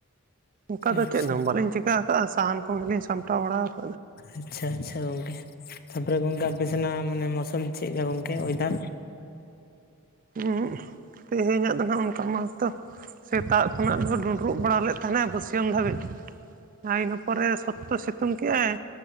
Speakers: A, on the right; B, on the left.
A: ᱚᱱᱠᱟ ᱫᱚ
B: ᱟᱪᱪᱷᱟ
A: ᱪᱮᱫ ᱦᱚ ᱵᱟᱞᱤᱧ ᱪᱤᱠᱟᱹ ᱟᱠᱟᱜᱼᱟ ᱥᱟᱦᱟᱱ ᱠᱚᱜᱮᱞᱤᱧ ᱥᱟᱢᱴᱟᱣ ᱵᱟᱲᱟᱫᱟ
B: ᱟᱪᱪᱷᱟ ᱟᱪᱪᱷᱟ ᱜᱚᱝᱠᱮ ᱛᱟᱯᱚᱨᱮ ᱜᱚᱝᱠᱮ ᱟᱯᱮᱥᱱᱟ ᱢᱟᱱᱮ ᱢᱳᱥᱩᱢ ᱪᱮᱫ ᱞᱮᱠᱟ ᱜᱚᱝᱠᱮ ᱚᱭᱮᱫᱟᱨ
A: ᱦᱮ ᱛᱮᱦᱮᱧᱟᱜ ᱫᱚ ᱦᱟᱸᱜ ᱚᱱᱠᱟ ᱢᱟ ᱛᱚ ᱥᱮᱛᱟᱜ ᱠᱷᱚᱱᱟᱜ ᱫᱚ ᱰᱩᱸᱰᱨᱩᱜ ᱵᱟᱲᱟ ᱞᱮᱫ ᱛᱟᱦᱮᱱᱟ ᱵᱟᱹᱥᱭᱟᱹᱢ ᱫᱷᱟᱹᱵᱤᱡ ᱟᱨ ᱤᱱᱟᱹ ᱯᱚᱨᱮ ᱥᱚᱠᱛᱚ ᱥᱤᱛᱩᱝ ᱠᱮᱜᱼᱟᱭ